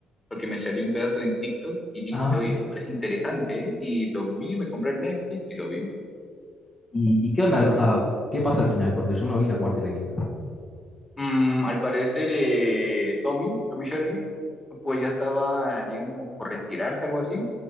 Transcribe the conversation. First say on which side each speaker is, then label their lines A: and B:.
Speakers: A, on the left; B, on the left.
A: porque me salió un pedazo en TikTok y dije,
B: Ajá.
A: oye, parece interesante, ¿eh? Y lo vi, me compré el Netflix y lo vi.
B: ¿Y, y qué onda? O sea, ¿qué pasa al final? Porque yo no vi la cuarta y la quinta.
A: Mm, al parecer, eh, Tommy, Tommy Shelby, pues ya estaba, digamos, por retirarse, algo así,